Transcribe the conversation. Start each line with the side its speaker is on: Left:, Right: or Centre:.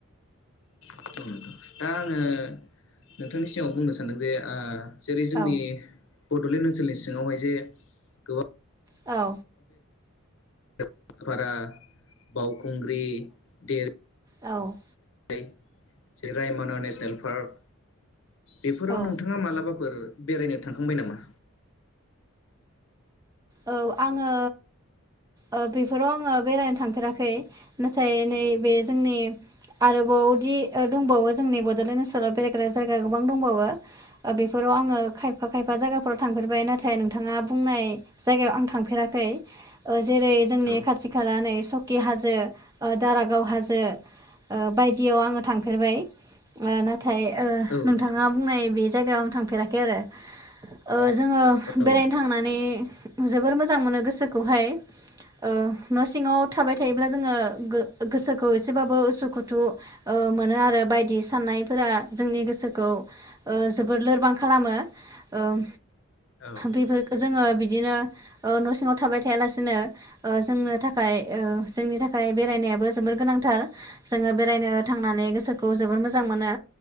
Left: औ दा आङो नोंथांनि सिगाङाव बुंनो सानदों जे ओ जेरै जोंनि
Right: औ
Left: बड'लेण्ड ओनसोलनि सिङावहाय जे गोबां
Right: औ
Left: <inaudible> फारा बावखुंग्रि देर
Right: औ
Left: <unintelligible> रायमना नेसनेल पार्क बेफोराव
Right: औ
Left: नोंथाङा मालाबा फोर बेरायनो थांखांबाय नामा?
Right: औ आङो ओ बेफोराव आङो बेरायनो थांफेराखै नाथाय नैबे जोंनि आरोबावदि ओ दंबावो जोंनि बड'लेण्ड ओनसोलाव बेरायग्रा जायगा गोबां दंबावो ओ बेफोराव आङो खायफा-खायफा जायगाफोराव थांफेरबाय नाथाय नोंथाङा बुंनाय जायगायाव आं थांफेराखै ओ जेरै जोंनि
Left: औ
Right: खाथि खाला नैस स'कि हाजो ओ दारागाव हाजो ओ बायदियाव आङो थांफेरबाय ओ नाथ थाय ओ
Left: औ
Right: नोंथाङा
Left: नोंथां
Right: बुंनाय बेज जायगायाव आं थांफेराखै आरो ओ जोङो बेरायनो
Left: औ नोंथां
Right: थांनानै जोबोर मोजां मोनो गोसोखौहाय ओ न' सिङाव थाबाय थायोब्ला जोङो गो-गोसोखौ एसेबाबो उसुखुथु ओ मोनो आरो बायदि साननायफोरा जोंनि गोसोखौ ओ जोबोर लोरबां खालामो ओम
Left: औ
Right: बेफोरखो जोङो बिदिनो ओ न' सिङाव थाबाय थायालासिनो ओ जोंनो थाखाय ओ जोंनि थाखाय बेरायनायाबो जोबोर गोनांथार जोङो बेरायनो थांनानै गोसोखौ जोबोर मोजां मोनो